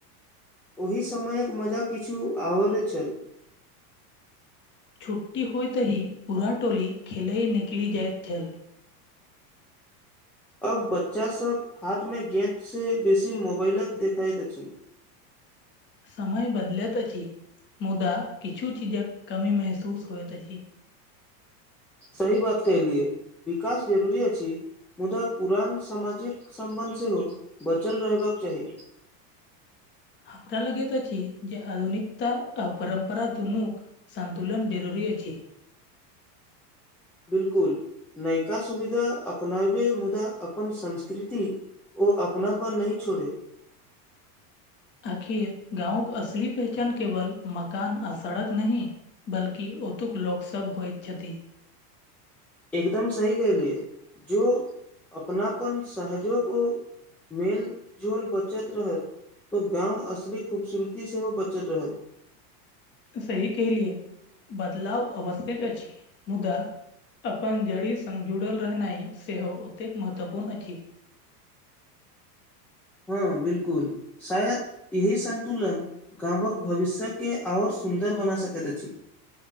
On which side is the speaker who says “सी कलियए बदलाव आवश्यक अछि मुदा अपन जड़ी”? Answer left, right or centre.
Left